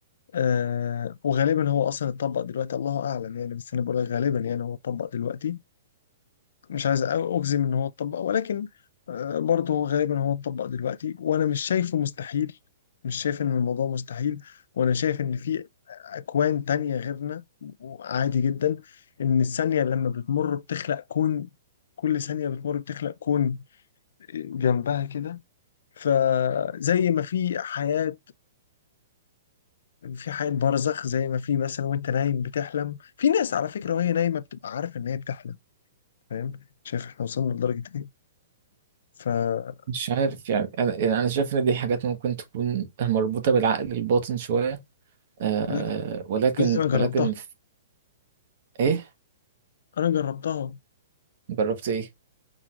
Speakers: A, on the left (about 55°); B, on the right (about 40°).
A: آه وغالبا هو أصلا اتطبق دلوقتي الله أعلم يعني بس أنا بقول لك غالبا يعني هو اتطبق دلوقتي مش عايز أ- اجزم ان هو اتطبق ولكن آه، برضه هو غالبا هو اتطبق دلوقتي وانا مش شايفه مستحيل مش شايف ان الموضوع مستحيل وانا شايف ان في اكوان تانية غيرنا عادي جدا ان الثانية لما بتمر بتخلق كون كل ثانية بتمر بتخلق كون جنبها كده فزي ما في حياة في حياة برزخ زي ما في مثلا وانت نايم بتحلم في ناس على فكرة وهي نايمة بتبقى عارفة ان هي بتحلم فاهم شايف احنا وصلنا لدرجة ايه فكل
B: مش عارف يعني انا يعني انا شايف ان دي حاجات ممكن تكون مربوطة بالعقل الباطن شوية آه
A: لا
B: ولكن
A: بس انا جربتها
B: ولكن ايه
A: انا جربتها
B: جربت ايه